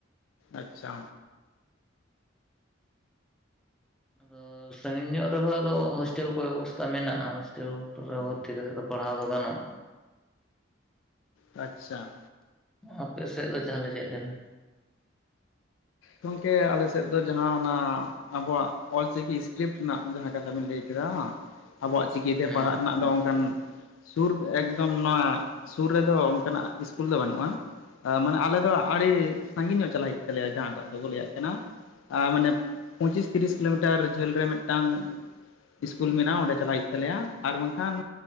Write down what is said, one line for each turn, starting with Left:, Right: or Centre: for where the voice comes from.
Left: ᱟᱪᱪᱷᱟ
Centre: ᱟᱫᱚ ᱥᱟᱺᱜᱤᱧ ᱧᱚᱜ ᱨᱮᱦᱚᱸ ᱟᱫᱚ ᱦᱳᱥᱴᱮᱞ ᱠᱚ ᱵᱮᱵᱚᱥᱛᱟ ᱢᱮᱱᱟᱜᱼᱟ ᱦᱳᱥᱴᱮᱞ ᱨᱮ ᱵᱷᱚᱨᱛᱤ ᱠᱟᱛᱮ ᱫᱚ ᱯᱟᱲᱦᱟᱣ ᱫᱚ ᱜᱟᱱᱚᱜᱼᱟ᱾
Left: ᱟᱪᱪᱷᱟ
Centre: ᱟᱯᱮ ᱥᱮᱫ ᱫᱚ ᱡᱟᱦᱟᱸᱞᱮ ᱪᱮᱫ ᱞᱮᱠᱟ?
Left: ᱜᱚᱝᱠᱮ ᱟᱞᱮ ᱥᱮᱫ ᱫᱚ ᱡᱟᱦᱟᱸᱟ ᱚᱱᱟ ᱟᱵᱚᱣᱟᱜ ᱚᱞ ᱪᱤᱠᱤ ᱤᱥᱠᱨᱤᱯᱴ ᱨᱮᱱᱟᱜ ᱡᱟᱦᱟᱸ ᱠᱟᱛᱷᱟ ᱵᱤᱱ ᱞᱟᱹᱭ ᱠᱮᱫᱟ᱾ ᱟᱵᱚᱣᱟᱜ ᱪᱤᱠᱤᱛᱮ
Centre: ᱦᱩᱸ
Left: ᱯᱟᱲᱦᱟᱜ ᱨᱮᱱᱟᱜ ᱫᱚ ᱚᱱᱠᱟᱱ ᱥᱩᱨ ᱮᱠᱫᱚᱢ ᱱᱚᱣᱟ ᱥᱩᱨ ᱨᱮᱫᱚ ᱚᱱᱠᱟᱱᱟᱜ ᱤᱥᱠᱩᱞ ᱫᱚ ᱵᱟᱹᱱᱩᱜᱼᱟ ᱢᱟᱱᱮ ᱟᱞᱮ ᱫᱚ ᱟᱹᱰᱤ ᱥᱟᱺᱜᱤᱧ ᱧᱚᱜ ᱪᱟᱞᱟᱜ ᱦᱩᱭᱩᱜ ᱛᱟᱞᱮᱭᱟ ᱡᱟᱦᱟᱸᱴᱟᱜ ᱫᱚ ᱠᱚ ᱞᱮᱭᱟᱜ ᱠᱟᱱᱟ ᱢᱟᱱᱮ ᱯᱚᱸᱪᱤᱥ ᱛᱤᱨᱤᱥ ᱠᱤᱞᱳ ᱢᱤᱴᱟᱨ ᱡᱷᱟᱹᱞ ᱨᱮ ᱢᱤᱫᱴᱟᱝ ᱤᱥᱠᱩᱞ ᱢᱮᱱᱟᱜᱼᱟ ᱚᱸᱰᱮ ᱪᱟᱞᱟᱜ ᱦᱩᱭᱩᱜ ᱛᱟᱞᱮᱭᱟ, ᱟᱨ ᱵᱟᱝᱠᱷᱟᱱ